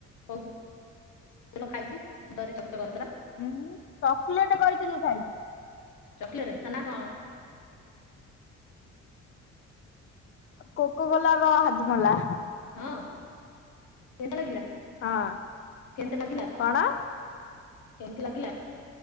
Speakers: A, on the left; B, on the left.
A: କହୁ ଦେଲ ଖାଇଛି ଜରି ଚକଚକ ହଉଥିଲା।
B: ଉଁ ଚକିଲେଟ କହିଥିଲି ଖାଇଚି।
A: ଚକଲେଟ୍ସ ତା ନା କଣ?
B: କୋକଗୋଲା ର ହଜମଲା।
A: ହଁ କେତା ଲାଗିଲା।
B: ହଁ
A: କେମିତି ଲାଗିଲା
B: କଣ?
A: କେମିତି ଲାଗିଲା।